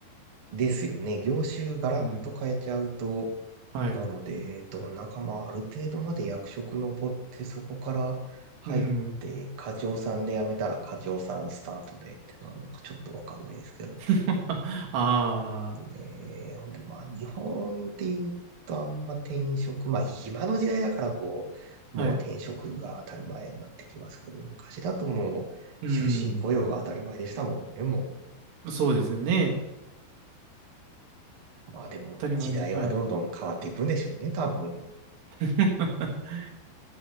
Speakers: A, on the right; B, on the right.
A: ですよね。業種ガラッと変えちゃうと、
B: うん。はい。
A: なので、どんなかまあある程度まで役職登ってそこから入って、
B: うん。
A: 課長さんで辞めたら課長さんスタートでってなるのかちょっとわかんないですけど。
B: <laughs> あ
A: うんねえ、ほんで、まあ、日本っていうと、あんま転職、まあ、今の時代だから、こう、
B: あ、
A: もう転職が当たり前になってきますけど、
B: はい。
A: 昔だともう、
B: うん。
A: 終身雇用が当たり前でしたもんね、も
B: そうですよね。
A: う。まあ、でも、
B: 当たり前の。
A: 時代はどんどん変わっていくんでしょうね、
B: はい。
A: 多分。
B: <laughs>